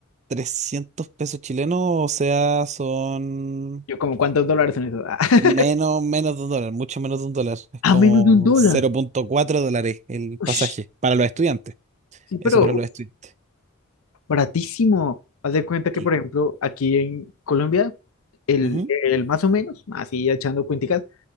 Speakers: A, on the right; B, on the left.
A: 300 pesos chilenos, o sea, son
B: Yo como, ¿cuántos dólares son eso? <laughs>
A: con menos, menos de un dólar, mucho menos de un dólar. Es
B: a
A: como
B: menos de un dólar.
A: cero punto cuatro dólares el
B: Ush,
A: pasaje para los estudiantes.
B: sí, pero
A: Eso para los estudiantes.
B: Baratísimo. Haz de cuenta que,
A: Sí.
B: por ejemplo, aquí en Colombia, el,
A: Ujú,
B: el más o menos, así echando cuenticas,